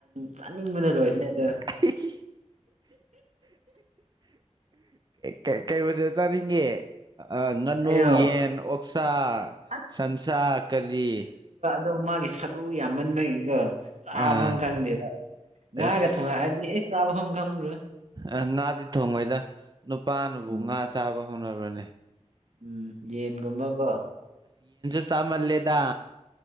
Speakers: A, on the right; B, on the right.
A: ꯆꯥꯅꯤꯡꯕꯅ ꯂꯣꯏꯕꯅꯦ ꯑꯗꯣ
B: ꯍꯤꯍꯤ ꯀꯩ ꯀꯩ ꯃꯊꯦꯜ ꯆꯥꯅꯤꯡꯉꯦ ꯑ ꯉꯥꯅꯨ
A: ꯑꯩꯔꯣ
B: ꯌꯦꯟ ꯑꯣꯛꯁꯥ
A: ꯑꯁ
B: ꯁꯟꯁꯥ ꯀꯔꯤ
A: ꯗꯣ ꯃꯥꯒꯤ ꯁꯔꯨ ꯌꯥꯝꯃꯟꯕꯒꯤꯀꯣ ꯆꯥꯐꯝ
B: ꯑꯥ
A: ꯈꯪꯗꯦꯕ
B: ꯑꯁ
A: ꯉꯥꯒ ꯊꯣꯡꯉꯛꯑꯗꯤ ꯑꯩ ꯆꯥꯐꯝ ꯈꯪꯕ꯭ꯔꯣ
B: ꯑ ꯉꯥꯗꯤ ꯊꯣꯡꯉꯣꯏꯗ ꯅꯨꯄꯥꯅꯕꯨ
A: ꯎꯝ
B: ꯉꯥ ꯆꯥꯕ ꯍꯧꯅꯕ꯭ꯔꯅꯦ
A: ꯎꯝ ꯌꯦꯟꯒꯨꯝꯕꯀꯣ
B: ꯆꯥ ꯃꯜꯂꯦꯗ